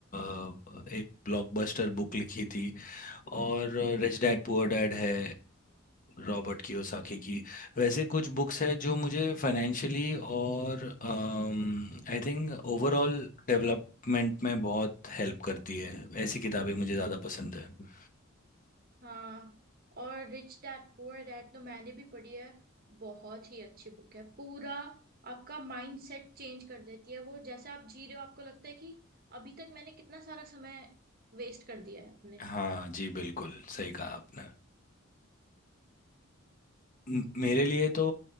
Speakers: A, on the left; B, on the right.
A: एक ब्लॉकबस्टर बुक लिखी थी और रिच डैड पुअर डैड है रॉबर्ट कियोसाकी की वैसे कुछ बुक्स हैं जो मुझे फाइनेंशियली और आई थिंक ओवरऑल डेवलपमेंट में बहुत हेल्प करती है ऐसी किताबें मुझे ज़्यादा पसंद है
B: हाँ और रिच डैड पुअर डैड तो मैंने भी पढ़ी है बहुत ही अच्छी बुक है पूरा आपका माइंड सेट चेंज कर देती है वो जैसे आप जी रहे हो आपको लगता है कि अभी तक मैंने कितना सारा समय वेस्ट कर दिया है अपने
A: हाँ जी बिल्कुल सही कहा आपने म- मेरे लिए तो